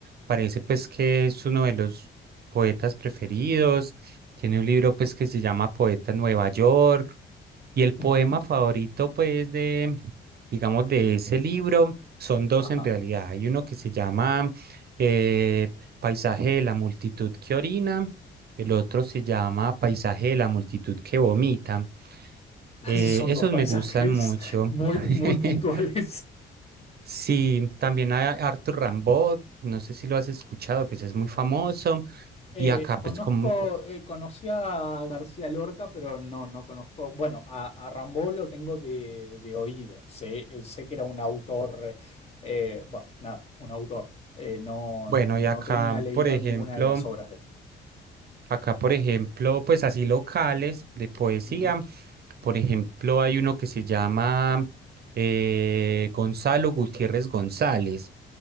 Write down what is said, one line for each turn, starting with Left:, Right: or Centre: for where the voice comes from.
Right: parece pues que es uno de los poetas preferidos, tiene un libro pues que se llama Poeta en Nueva York, y el poema
Left: ujú,
Right: favorito pues de, digamos, de ese libro son dos
Left: Ajá.
Right: en realidad, hay uno que se llama eh, Paisaje de la multitud que orina, el otro se llama Paisaje de la multitud que vomita.
Left: <laughs>
Right: Eh,
Left: Son
Right: esos
Left: dos paisajes
Right: me gustan mucho.
Left: muy,
Right: <laughs>
Left: muy puntuales.
Right: Sí, también hay Arthur Rimbaud, no sé si lo has escuchado, pues es muy famoso.
Left: Eh,
Right: Y acá, pues
Left: conozco,
Right: como,
Left: eh, conocí a García Lorca, pero no, no conozco. Bueno, a, a Rimbaud lo tengo de, de oído. Sé, eh, sé que era un autor, eh, bueno, nada, un autor. Eh, no,
Right: bueno,
Left: no
Right: y acá,
Left: tenía leído
Right: por ejemplo,
Left: ninguna de las obras de él.
Right: Acá, por ejemplo, pues así locales de poesía.
Left: Ujú.
Right: Por ejemplo, hay uno que se llama eh, Gonzalo Gutiérrez González.